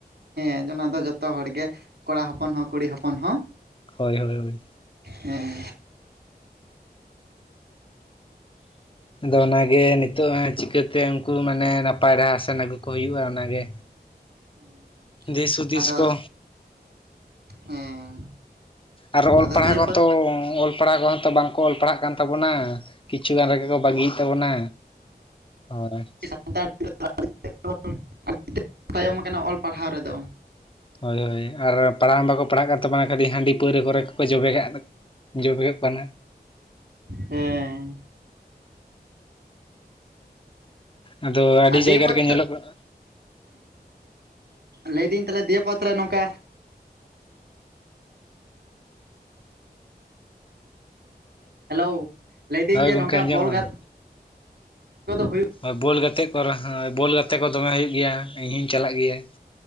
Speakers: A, on the right; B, on the left.
A: ᱦᱮᱸ ᱚᱱᱟ ᱫᱚ ᱡᱚᱛᱚ ᱦᱚᱲ ᱜᱮ, ᱠᱚᱲᱟ ᱦᱚᱯᱚᱱ ᱦᱚᱸ ᱠᱩᱲᱤ ᱦᱚᱯᱚᱱ ᱦᱚᱸ᱾
B: ᱦᱳᱭ, ᱦᱳᱭ, ᱦᱳᱭ
A: ᱦᱮᱸ
B: ᱟᱫᱚ ᱚᱱᱟᱜᱮ ᱱᱤᱛᱚᱜ ᱪᱤᱠᱟᱹᱛᱮ ᱠᱩ ᱢᱟᱱᱮ ᱱᱟᱯᱟᱭ ᱰᱟᱦᱟᱨ ᱥᱮᱱ ᱟᱹᱜᱩ ᱠᱚ ᱦᱩᱭᱩᱜᱼᱟ᱾ ᱚᱱᱟᱜᱮ
A: ᱦᱮᱸ
B: ᱫᱤᱥ ᱦᱩᱫᱤᱥ
A: ᱟᱫᱚ
B: ᱠᱚ
A: ᱦᱮᱸ
B: ᱟᱨ ᱚᱞ
A: ᱟᱫᱚ
B: ᱯᱟᱲᱦᱟᱣ
A: ᱫᱤᱭᱮᱯᱚᱨ
B: ᱠᱚᱛᱚ ᱚᱞ ᱯᱟᱲᱦᱟᱣ ᱠᱚᱦᱚ᱾ ᱚ ᱵᱟᱝᱠᱚ ᱚᱞ ᱯᱟᱲᱦᱟ-ᱜ ᱠᱟᱱ ᱛᱟᱵᱚᱱᱟ ᱾ ᱠᱤᱪᱷᱩ ᱜᱟᱱ ᱨᱮᱜᱮ ᱠᱚ ᱵᱟᱹᱜᱤᱭᱮᱫ ᱛᱟᱵᱚᱱᱟ᱾ ᱦᱳᱭ
A: ᱥᱟᱱᱛᱟᱲ <unintelligible> ᱛᱟᱭᱚᱢ ᱟᱠᱟᱱᱟ ᱚᱞ ᱯᱟᱲᱦᱟᱣ ᱨᱮᱫᱚ᱾
B: ᱦᱳᱭ, ᱦᱳᱭ ᱟᱨ ᱯᱟᱲᱦᱟᱣ ᱢᱟ ᱵᱟᱠᱚ ᱯᱟᱲᱦᱟ-ᱜ ᱠᱟᱱ ᱛᱟᱵᱚᱱᱟ᱾ ᱠᱷᱟᱹᱞᱤ ᱦᱟᱺᱰᱤ ᱯᱟᱹᱣᱨᱟᱹ ᱠᱚᱨᱮ ᱠᱚ ᱡᱚᱵᱮ ᱠᱟᱜ ᱡᱚᱵᱮ ᱠᱚᱠ ᱠᱟᱱᱟ᱾
A: ᱦᱮᱸ
B: ᱟᱫᱚ ᱟᱹᱰᱤ
A: ᱟ <unintelligible>
B: ᱡᱟᱭᱜᱟ ᱨᱮᱜᱮ ᱧᱮᱞᱚᱜ ᱠᱟᱱᱟ
A: ᱞᱟᱹᱭᱫᱟᱹᱧ ᱛᱟᱦᱚᱞᱮ, ᱫᱤᱭᱮ ᱯᱚᱨ ᱛᱟᱦᱞᱮ ᱱᱚᱝᱠᱟ᱾ ᱦᱮᱞᱳ, ᱞᱟᱹᱭᱫᱟᱹᱧ
B: ᱦᱳᱭ
A: ᱡᱮ
B: ᱜᱚᱝᱠᱮ
A: ᱱᱚᱝᱠᱟ
B: ᱟᱸᱡᱚᱢᱚᱜ
A: ᱵᱚᱞ <unintelligible>
B: ᱠᱟᱱᱟ
A: ᱜᱟᱛ ᱦᱩᱭᱩᱜ
B: ᱦᱳᱭ ᱵᱚᱞ ᱜᱟᱛᱮᱜ ᱠᱚᱨᱮ ᱦᱳᱭ ᱵᱚᱞ ᱜᱟᱛᱮ ᱠᱚ ᱫᱚᱢᱮ ᱦᱩᱭᱩ-ᱜ ᱜᱮᱭᱟ ᱤᱧ ᱦᱚᱸᱧ ᱪᱟᱞᱟ-ᱜ ᱜᱮᱭᱟ᱾